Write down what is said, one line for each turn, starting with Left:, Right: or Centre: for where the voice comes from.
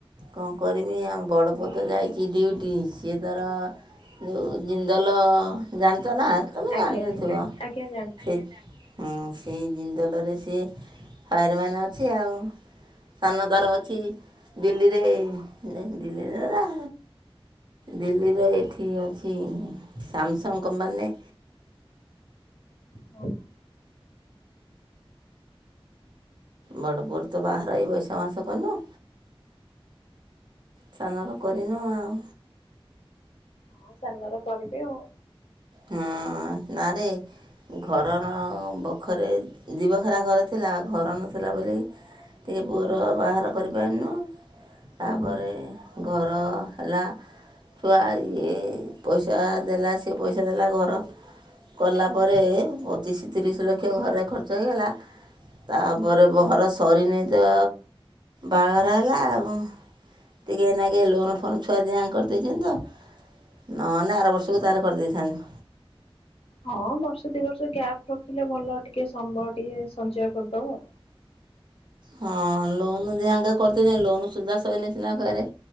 Right: କଣ କରିମି ଆ ବଡ଼ପୁଅତ ଯାଇଛି ଡ୍ୟୁଟି ସିଏ ତାର ଯେଉଁ ଜିନ୍ଦଲ ଜାଣିଛ ନା ତମେ ଜାଣିନଥିବ।
Left: ଆଜ୍ଞା ଆଜ୍ଞା ଆଜ୍ଞା ଜାଣିଛି
Right: ସେ ହଁ ସେଇ ଜିନ୍ଦଲରେ ସେ ଫାୟାର ମାନ ଅଛି ଆଉ। ସ୍ଥାନ ଦ୍ୱାର ଅଛି ଦିଲ୍ଲୀରେ ଦିଲ୍ଲୀରେ ରା ଦିଲ୍ଲୀରେ ଏଠି ଅଛି ସାମସଙ୍ଗ କମ୍ପାନୀ ରେ।
Left: ହଁ
Right: ବଡ଼ପୁଅର ତ ବାହାଘର ଏଇ ବୈଶା ମାସ କଲୁ। ସାନର କରିନୁ ଆଉ।
Left: ହଁ ସାନର କରିବେ ଆଉ।
Right: ହଁ ନାରେ ଘରର ବଖରେ ଦିଖରା ଘର ଥିଲା। ଘର ନଥିଲା ବୋଲି ଟିକେ ପୁଅର ବାହାଘର କରିପାରିନୁ। ତାପରେ
Left: ହୁଁ
Right: ଘର ହେଲା। ଛୁଆ ଇଏ ପଇସା ଦେଲା ସିଏ ପଇସା ଦେଲା ଘର କଲା ପରେ ପଚିଶ ତିରିଶ ଲକ୍ଷ ଘରେ ଖର୍ଚ୍ଚ ହେଇଗଲା। ତାପରେ ବ ଘର ସରିନି ତ ବାହାଘର ହେଲା ଆଉ। ଟିକେ ନା କେ ଲୋନ ଫୋନ୍ ଛୁଆ ଯାହା କରିଦେଇଛନ୍ତି ତ। ନ ହେଲେ ଆର ବର୍ଷକୁ ତାର କରିଦେଇଥାନ୍ତି।
Left: ହଁ ବର୍ଷ ଦି ବର୍ଷ ଗ୍ୟାପ ରଖିଲେ ଭଲ ଟିକେ ସମୟ ଟିକେ ସଞ୍ଚୟ କରିଦବ।
Right: ହଁ ଲୋନ୍ ଯାହାଙ୍କ କରିଛନ୍ତି ଲୋନ ସୁଜା ସରିନି ସିନା ଘରେ